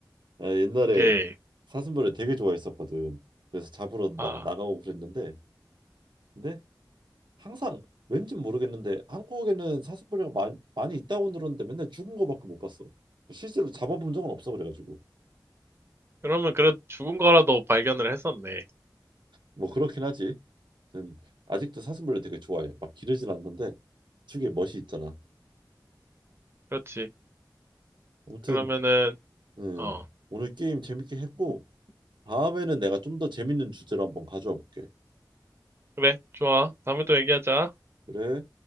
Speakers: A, on the right (about 80°); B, on the right (about 30°).
A: 아, 옛날에
B: 오케이.
A: 사슴벌을 되게 좋아했었거든. 그래서 잡으러 막
B: 아,
A: 나가고 그랬는데, 근데 항상 왠지 모르겠는데 한국에는 사슴벌이가 많이, 많이 있다고 들었는데 맨날 죽은 거밖에 못 봤어. 실제로 잡아본 적은 없어 그래가지고
B: 그러면 그래도 죽은 거라도 발견을 했었네.
A: 뭐 그렇긴 하지. 아무튼 아직도 사슴벌레 되게 좋아해. 막 기르진 않는데 특유의 멋이 있잖아.
B: 그렇지.
A: 아무튼
B: 그러면은
A: 음,
B: 어.
A: 오늘 게임 재밌게 했고 다음에는 내가 좀 더 재밌는 주제로 한번 가져와 볼게.
B: 그래, 좋아. 다음에 또 얘기하자.
A: 그래.